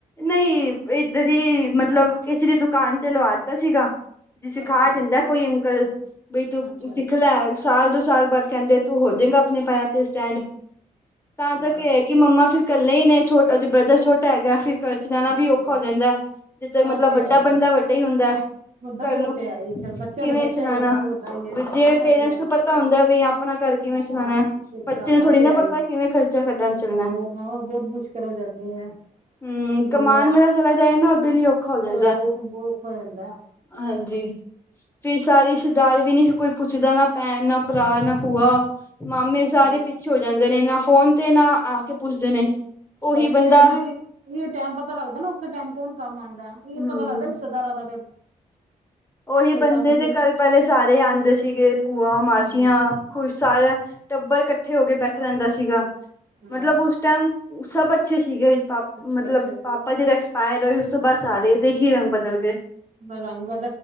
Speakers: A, on the left; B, on the right.
A: ਨਈ ਏਦਰ ਈ, ਮਤਲਬ ਕਿਸੀ ਦੀ ਦੁਕਾਨ ਤੇ ਲਵਾ ਤਾ ਸੀਗਾ। ਜੇ ਸਿਖਾ
B: ਅੱਛਾ
A: ਦਿੰਦਾ
B: ਅੱਛਾ
A: ਕੋਈ ਅੰਕਲ, ਬਈ ਤੂੰ
B: ਅੱਛਾ
A: ਸਿੱਖ ਲੈ। ਸਾਲ ਦੋ ਸਾਲ ਬਾਦ ਕੈਂਦੇ, ਤੂੰ ਹੋਜੇਂਗਾ ਅਪਣੇ ਪੈਰਾਂ ਤੇ ਸਟੈਂਡ। ਤਾਂ ਤੱਕ
B: ਹਾਂ
A: ਏ ਹੇ ਕਿ ਮੰਮਾ ਫਿਰ ਕੱਲੇ ਨੇ, ਛੋਟਾ ਜੇ ਬ੍ਰਦਰ ਛੋਟਾ ਹੈਗਾ ਫਿਰ ਘਰ ਚਲਾਨਾ
B: ਅੱਛਾ
A: ਵੀ ਓਖਾ ਹੋ ਜਾਂਦੈ, ਜਿੱਥੇ ਮਤਲਬ
B: ਹਾਂ ਤੇ
A: ਵੱਡਾ
B: ਹੈ ਫਿਰ
A: ਬੰਦਾ ਵੱਡਾ ਈ ਹੋਂਦੈ।
B: ਵੱਡਾ
A: ਘਰ
B: ਤਾਂ
A: ਨੂੰ
B: ਉਹ ਤੇ ਹੈ ਹੀ ਫਿਰ ਬੱਚਾ
A: ਕਿਵੇਂ
B: ਤਾਂ ਬੱਚਾ
A: ਚਲਾਣਾ,
B: ਹੀ ਵੱਡਾ ਤਾਂ ਵੱਡਾ
A: ਜਿਵੇਂ
B: ਹੀ ਹੈ ਇਹ
A: ਪੇਰੇਂਟਸ
B: ਤੇ ਹੈ
A: ਨੂੰ ਪਤਾ ਹੁੰਦੈ ਵਈ ਆਪ ਅਪਣਾ ਘਰ ਕਿਵੇਂ
B: ਹਾਂ
A: ਚਲਾਣੈ,
B: ਤੇ
A: ਬੱਚੇ
B: ਚਲਾਣਾ
A: ਨੂੰ ਥੋੜੀ
B: ਤੇ
A: ਨਾ
B: ਹੈ
A: ਪਤਾ
B: ਹੀ
A: ਕਿਵੇਂ ਖਰਚਾ ਕਡਨ ਚੱਲਨੈ।
B: ਬਹੁਤ ਨਾ, ਬੋਤ ਮੁਸ਼ਕਲ ਹੋ ਜਾਂਦੀ ਐ।
A: ਹੂੰ ਕਮਾਨ
B: ਜੋ <unintelligible>
A: ਵਾਲਾ ਚਲਾ ਜਾਏ ਨਾ ਉਹਦੇ ਲਈ ਔਖਾ ਹੋ ਜਾਂਦਾ
B: ਬੋਤ ਓਖਾ ਹੋ ਜਾਂਦੈ।
A: ਹਾਂਜੀ, ਫੇਰ ਸਾਰੇ ਰਿਸ਼ਤੇਦਾਰ ਵੀ ਨੀ ਕੋਈ ਪੁੱਛਦਾ, ਨਾ ਭੈਣ, ਨਾ ਭਰਾ, ਨਾ ਭੂਆ, ਮਾਮੇ
B: ਹਾਂ
A: ਸਾਰੇ ਪਿੱਛੇ ਹੋ ਜਾਂਦੇ ਨੇ, ਨਾ ਫੋਨ ਤੇ ਨਾ ਆ ਕੇ ਪੁੱਛਦੇ ਨੇ। ਉਹੀ
B: ਬਸ
A: ਬੰਦਾ
B: ਏ ਆ ਨਾ, ਇਓ ਟੈਮ ਪਤਾ ਲੱਗਦੈ ਨਾ ਔਖੇ ਟੈਮ ਕੋਨ ਕੰਮ ਆਂਦੈ
A: ਹੂੰ
B: ਇਓ ਪਤਾ ਲੱਗਦੈ ਰਿਸ਼ਤੇਦਾਰਾਂ ਦਾ <unintelligible>
A: ਓਹੀ
B: ਕੋਈ
A: ਬੰਦੇ
B: ਕੰਮ ਕਿੰਨਾ
A: ਦੇ ਘਰ ਪੈਲੇ ਸਾਰੇ ਆਂਦੇ ਸੀਗੇ ਭੂਆ, ਮਾਸੀਆਂ
B: ਹਮ
A: ਖੁਸ਼ ਸਾਰ ਟੱਬਰ ਕੱਠੇ ਹੋ ਕੇ ਬੈਠਾ ਰੈਂਦਾ ਸੀਗਾ, ਮਤਲਬ
B: ਹਾਂ
A: ਉਸ ਟੈਮ ਸਬ ਅੱਛੇ ਸੀਗੇ। ਪਾ
B: ਅੱਛਾ
A: ਮਤਲਬ
B: ਅੱਛਾ ਫਿਰ
A: ਪਾਪਾ ਜਦ ਐਕਸਪਾਏਰ ਹੋਏ, ਉਸ ਤੋਂ ਬਾਦ ਸਾਰੇ ਦੇ ਹੀ ਰੰਗ ਬਦਲ ਗਏ।
B: ਬੇਰੰਗ